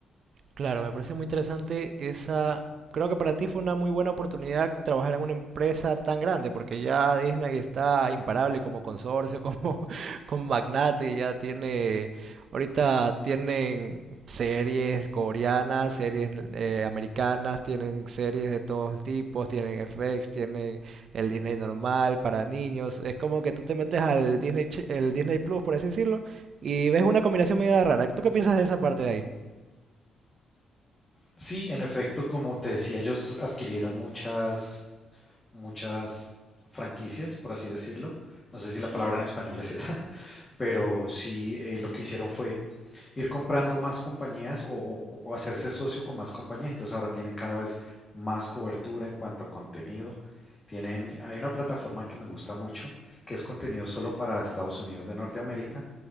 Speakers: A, on the right; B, on the left.
A: Claro, me parece muy interesante esa... Creo que para ti fue una muy buena oportunidad trabajar en una empresa tan grande, porque ya Disney está imparable como consorcio, como, <laughs> como magnate, ya tiene... Ahorita tienen series coreanas, series eh, americanas, tienen series de todos tipos, tienen FX, tienen el Disney normal para niños. Es como que tú te metes al Disney, Ch- el Disney Plus, por así decirlo, y ves una combinación medio rara. ¿Tú qué piensas de esa parte de ahí?
B: Sí, en efecto, como te decía, ellos adquirieron muchas muchas franquicias, por así decirlo. No sé si la palabra en español es esa, <laughs> pero sí eh, lo que hicieron fue ir comprando más compañías o, o- o hacerse socio con más compañías. Entonces ahora tienen cada vez más cobertura en cuanto a contenido. Tienen, hay una plataforma que me gusta mucho, que es contenido solo para Estados Unidos de Norteamérica,